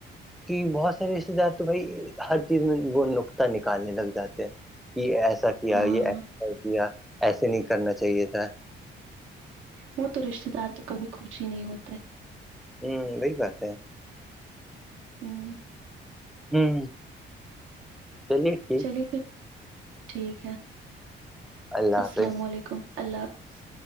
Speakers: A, in the centre; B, on the right (about 90°).
A: کہ بہت سارے رشتے دار تو بھائی ہر چیز میں وہ نقتہ نکالنے لگ جاتے ہیں کہ ایسا کیا
B: ہاں
A: یہ کیا ایسے نہیں کرنا چاہیے تھا
B: وہ تو رشتے دار تو کبھی خچش ہی نہیں ہوتے <unintelligible>
A: ہوں یہی بات ہے
B: ہوں
A: ہوں چلی <unintelligible>
B: چلیے پھر ٹھیک ہے
A: اللہ
B: السلام
A: حافظ
B: علیکم اللہ حافظ